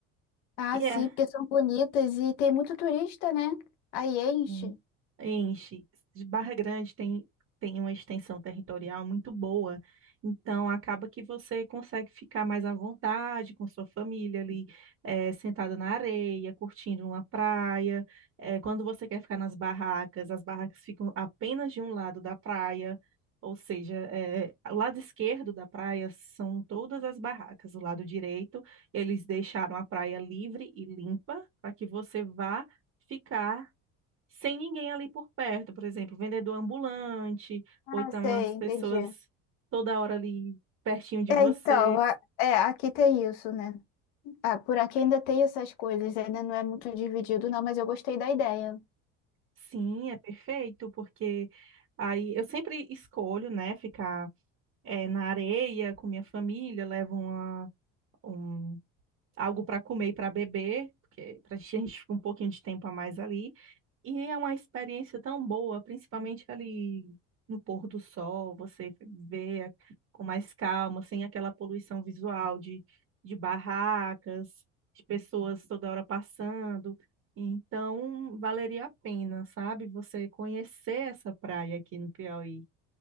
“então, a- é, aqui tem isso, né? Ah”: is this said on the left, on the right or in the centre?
Left